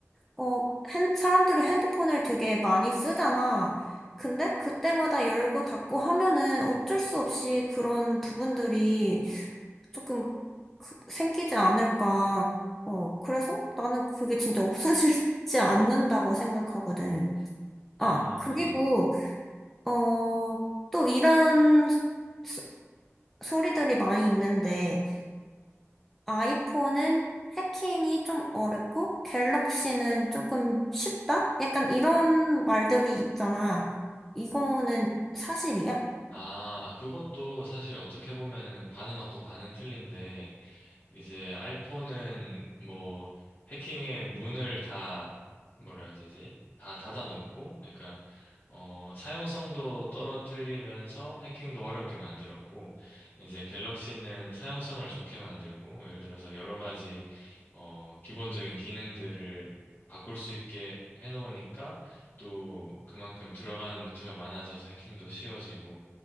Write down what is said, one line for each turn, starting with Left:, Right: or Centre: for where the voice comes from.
Centre: 어, 핸, 사람들이 핸드폰을 되게 많이 쓰잖아. 근데 그때마다 열고 닫고 하면은 어쩔 수 없이 그런 부분들이 조금 그- 생기지 않을까. 어, 그래서 나는 그게 진짜 없어지지 <laughs> 않는다고 생각하거든. 아,
Left: 음,
Centre: 그리고,
Left: 음.
Centre: 어, 또 이런 소, 소리들이 많이 있는데, 아이폰은 해킹이 좀 어렵고 갤럭시는 조금 쉽다? 약간 이런 말들이 있잖아. 이거는 사실이야?
Left: 아, 아, 그것도 사실 어떻게 보면은 반은 맞고 반은 틀린데 이제 아이폰은 뭐 해킹의 문을 다 뭐라 해야 되지? 다 닫아놓고 그러니까 어 사용성도 떨어뜨리면서 해킹도 어렵게 만들었고 이제 갤럭시는 사용성을 좋게 만들고 예를 들어서 여러 가지 어 기본적인 기능들을 바꿀 수 있게 해놓으니까 또 그만큼 들어가는 루트가 많아져서 해킹도 쉬워지고